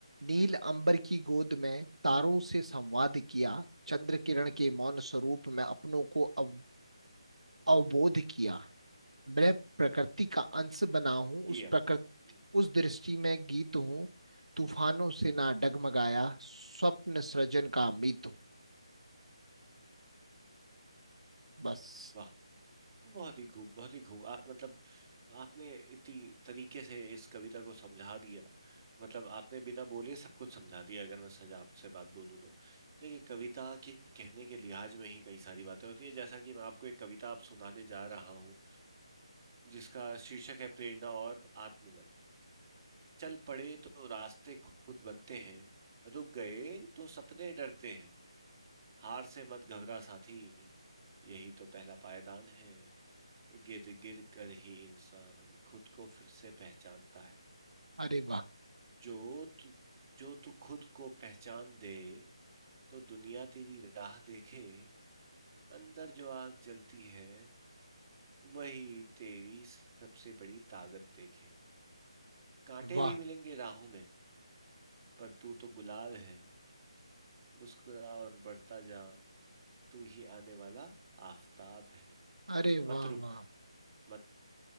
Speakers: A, on the right (about 80°); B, on the right (about 30°).
A: नील अंबर की गोद में तारों से संवाद किया चंद्र किरण के मौन स्वरूप में अपनों को अव, अवबोध किया मैं प्रकृति का अंश बना हूँ
B: किया
A: उस प्रकृति
B: हम्म,
A: उस दृष्टि में गीत हूँ तूफानों से ना डगमगाया स्वप्न सृजन का मीत हूँ बस
B: वाह बहुत ही खूब बहुत ही खूब आप मतलब आपने इतनी तरीके से इस कविता को समझा दिया मतलब आपने बिना बोले सब कुछ समझा दिया अगर मैं सजा आपसे बात बोलूँ तो देखिए कविता के कहने के लिहाज में ही कई सारी बातें होती है जैसा कि मैं आपको एक कविता आप सुनाने जा रहा हूँ जिसका शीर्षक है प्रेरणा और आत्मबल चल पड़े तो रास्ते खुद बनते हैं रुक गए तो सपने डरते हैं हार से मत घबरा साथी यही तो पहला पायदान है गिर गिर कर ही इंसान खुद को फिर से पहचानता है
A: अरे वाह
B: जो तू जो तू खुद को पहचान दे तो दुनिया तेरी राह देखे अंदर जो आग जलती है वही तेरी सबसे बड़ी ताकत देखे कांटे
A: वाह
B: भी मिलेंगे राहों में पर तू तो गुलाब है मुस्कुरा और बढ़ता जा तू ही आने वाला आफताब है
A: अरे
B: मत
A: वाह
B: रुक
A: वाह
B: मत